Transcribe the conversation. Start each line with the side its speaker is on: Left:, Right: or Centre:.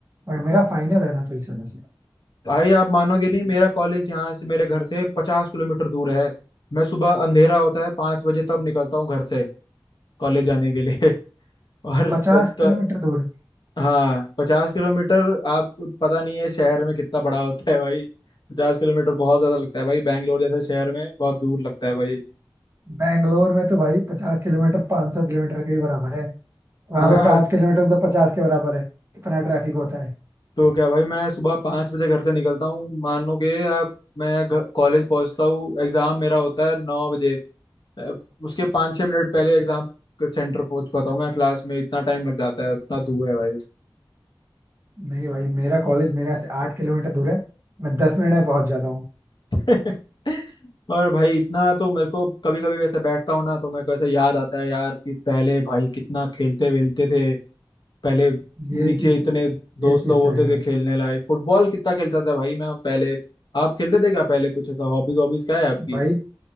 Right: बट मेरा फाइनल है ना तो इस वजह से
Left: भाई आप मानोगे नहीं मेरा कॉलेज यहाँ से मेरे घर से पचास किलोमीटर दूर है मैं सुबह अंधेरा होता है पांच बजे तब निकलता हूँ घर से कॉलेज जाने के लिए <laughs> और
Right: पचास
Left: तो इतना
Right: किलोमीटर दूर
Left: हाँ पचास किलोमीटर आपको पता नहीं है शहर में कितना बड़ा होता है भाई पचास किलोमीटर बहुत ज्यादा लगता है भाई बैंगलोर जैसे शहर में बहुत दूर लगता है भाई
Right: बैंगलोर में तो भाई पचास किलोमीटर 500 सौ किलोमीटर के ही बराबर है वहां
Left: हाँ
Right: पे पाँच किलोमीटर तो पचास के बराबर है इतना ट्रैफिक होता है
Left: तो क्या भाई मैं सुबह पाँच बजे घर से निकलता हूँ मान लो कि आप मैं घर- कॉलेज पहुँचता हूँ एग्जाम मेरा होता है नौ बजे अब उसके पाँच छः मिनट पहले एग्जाम के सेंटर पहुँच पाता हूँ मैं क्लास में इतना टाइम लग जाता है इतना दूर है भाई
Right: नहीं भाई मेरा कॉलेज मेरे यहाँ से आठ किलोमीटर दूर है मैं दस मिनट में पहुंच जाता हूँ
Left: <laughs> और भाई इतना तो मेरे को कभी कभी वैसे बैठता हूँ ना तो मेरे को ऐसे याद आता है यार कि पहले भाई कितना खेलते वेलते थे पहले
Right: ये
Left: नीचे
Right: चीज
Left: इतने दोस्त
Right: ये चीज
Left: लोग होते
Right: तो है यार
Left: थे खेलने लायक फुटबॉल कितना खेलता था भाई मैं हम पहले आप खेलते थे क्या पहले कुछ ऐसा हॉबीज हॉबीज क्या है आपकी
Right: भाई